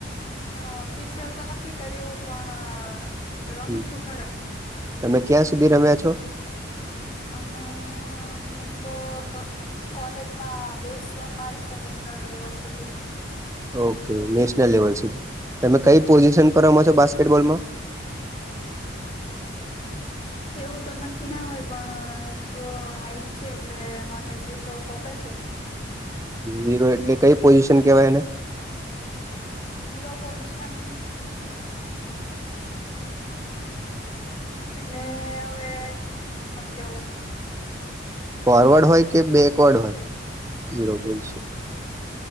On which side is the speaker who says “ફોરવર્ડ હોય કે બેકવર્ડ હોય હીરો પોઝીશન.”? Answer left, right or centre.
Right